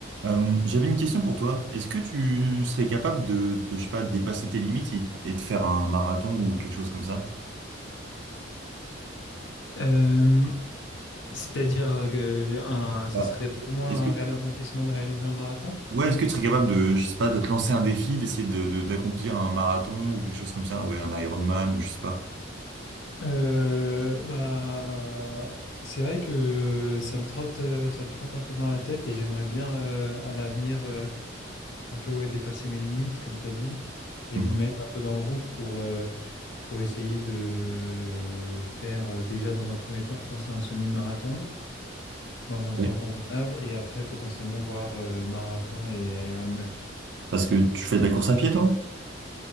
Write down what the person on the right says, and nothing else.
Euh, j'avais une question pour toi. Est-ce que tu serais capable de, de, je sais pas, dépasser tes limites et, et de faire un marathon ou quelque chose comme ça?
Bah,
est-ce
que,
ouais, est-ce que tu serais capable de, je sais pas, de te lancer un défi, d'essayer de, de- d'accomplir un marathon ou quelque chose comme ça? Ouais, un Ironman, je sais pas.
Mhm.
Oui.
Parce que tu fais de la course à pied, toi?